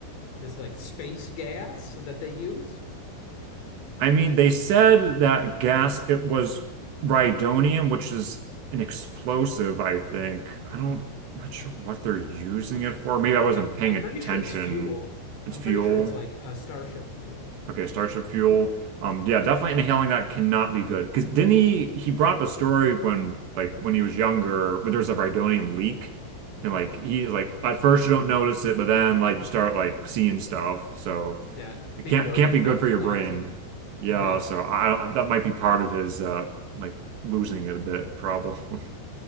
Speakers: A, on the left; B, on the right.
A: this like space gas that they use.
B: I mean, they said that gas, it was rhydonium, which is an explosive, I think. I don't, I'm not sure what they're using it for. Maybe I wasn't
A: I,
B: paying
A: I'm
B: attention.
A: pretty sure it's fuel.
B: It's
A: I'm
B: fuel.
A: pretty sure it's like a starship fuel.
B: Okay, Starship fuel. Um, yeah, definitely inhaling that cannot be good. Because didn't he, he brought up a story when, like, when he was younger, but there was a rhydonium leak. And, like, he,
A: Mm,
B: like, at first you don't notice it, but then, like, you start, like, seeing stuff. So.
A: yeah,
B: It
A: people
B: can't
A: are
B: can't
A: like
B: be
A: fu-
B: good for
A: collapsing.
B: your brain. Yeah,
A: <laughs> Yeah,
B: so I that might be part of his uh like losing it a bit problem. <laughs>